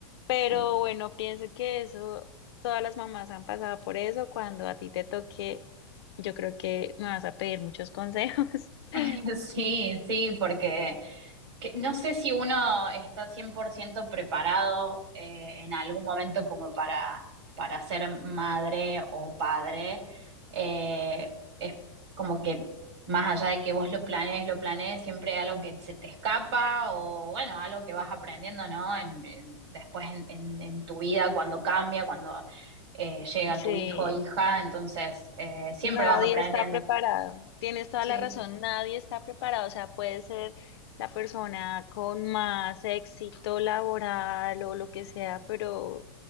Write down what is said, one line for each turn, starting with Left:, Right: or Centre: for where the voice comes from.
Left: pero
Right: Sí.
Left: bueno, pienso que eso, todas las mamás han pasado por eso, cuando a ti te toque, yo creo que me vas a pedir muchos consejos.
Right: <laughs>
Left: <laughs>
Right: Sí, sí, porque que no sé si uno está 100% preparado eh, en algún momento como para, para ser madre o padre. Eh, es como que más allá de que vos lo planees, lo planees, siempre hay algo que se te escapa o bueno, algo que vas aprendiendo, ¿no? En, en- después en, en- en tu vida, cuando cambia, cuando eh, llega tu
Left: Sí.
Right: hijo o hija, entonces eh, siempre
Left: Nadie
Right: vas aprendiendo.
Left: está preparado. Tienes toda
Right: Sí.
Left: la razón, nadie está preparado. O sea, puede ser la persona con más éxito laboral o lo que sea, pero